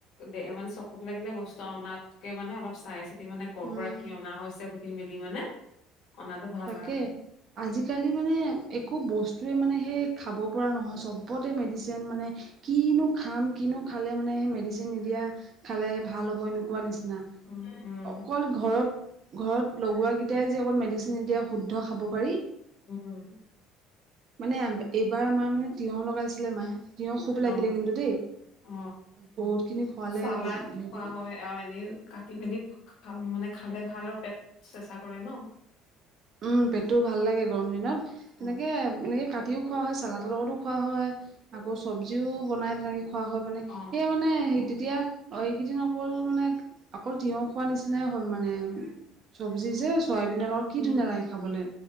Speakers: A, on the left; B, on the right.
A: দে মানে চকুত লাগিলে বস্তু অনাতকে মানে অলপ চাই চিতি মানে কৰ'
B: উম
A: পৰা কি অনা হৈছে সুধি মেলি মানে অনাটো ভাল
B: তাকে
A: আৰু।
B: আজিকালি মানে একো বস্তুৱে মানে সেই খাব পৰা নহয় চব ওপতে মেডিচিন মানে কিনো খাম কিনো খালে মানে সেই মেডিচিন নিদিয়া, খালে ভাল হ'ব এনেকুৱা নিচিনা।
A: উম, উম,
B: অকল ঘৰত ঘৰত লগোৱা কেইটাই যে অকল মেডিচীন নিদিয়া শুদ্ধ খাব পাৰি,
A: উম।
B: মানে এইবাৰ আমাৰ মানে তিয়হ লগাইছিলে মায়ে। তিয়হ খুব
A: অ',
B: লাগিলে কিন্তু দেই।
A: অ
B: বহুত খিনি খোৱালে
A: চালাড
B: হেৰি
A: খোৱা হয় আৰু এনেই কাটি মেলি মানে খালে ভাল আৰু পেট চেচা কৰে ন।
B: উম পেটটো ভাল লাগে গৰম দিনত তেনেকে
A: অ',
B: এনেকে কাটিও খোৱা হয় চালাতৰ লগতো খোৱা হয় আকৌ চব্জিও বনাই তেনেকে খোৱা হয়। মানে
A: অ',
B: সেয়ে মানে সেই
A: অ', অ',
B: তেতিয়া অ এইকেইদিন অকল মানে অকল তিয়হ খোৱা নিচিনাই হ'ল মানে। চব্জি যে চয়াবিনৰ লগ
A: উম।
B: কি ধুনীয়া লাগে খাবলে।